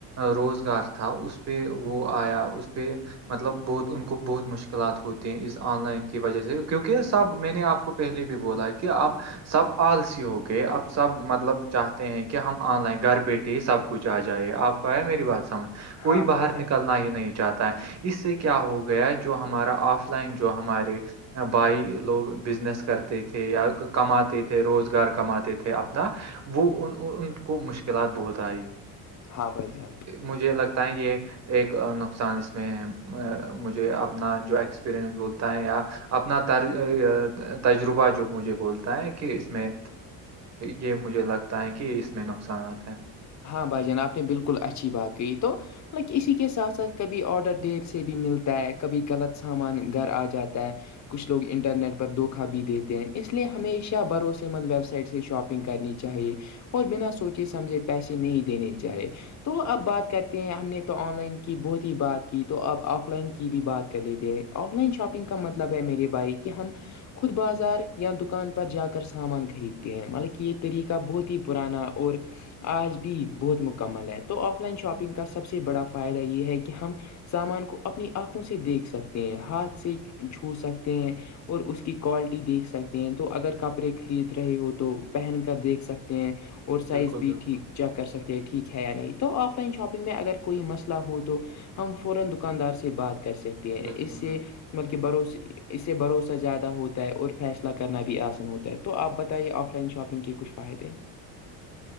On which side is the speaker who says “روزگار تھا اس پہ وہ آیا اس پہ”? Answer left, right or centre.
Right